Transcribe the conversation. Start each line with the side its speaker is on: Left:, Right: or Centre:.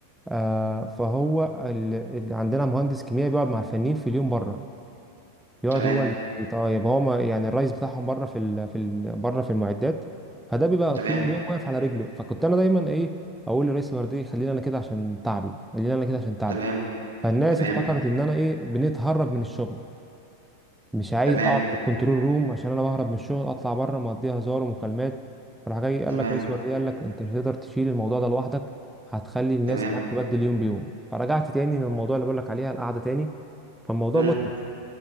Centre: آه فهو ال... ال... عندنا مهندس كيمياء بيقعد مع الفنيين في اليوم بره يقعد
Right: تمام،
Centre: هو اللي طيب هو ما يعني الرئيس بتاعهم بره في ال... في ال... بره في المعدات فده بيبقى
Right: تمام،
Centre: طول اليوم واقف على رجله فكنت أنا دايما إيه أقول لرئيس الوردية خليني أنا كده عشان تعبي خليني أنا كده عشان تعبي
Right: تمام،
Centre: فالناس
Right: تمام،
Centre: افتكرت ان انا ايه بنتهرب من الشغل مش عايز
Right: تمام،
Centre: اقعد في الكنترول روم عشان انا بهرب من الشغل اطلع بره مقضيها هزار ومكالمات راح جاي قال
Right: تمام،
Centre: لك رئيس ورديه قال لك انت مش هتقدر تشيل الموضوع ده لوحدك هتخلي الناس
Right: تمام،
Centre: معاك تبدل يوم بيوم فرجعت تاني للموضوع اللي بقول لك عليها القعده تاني فالموضوع
Right: إمم.
Centre: متعب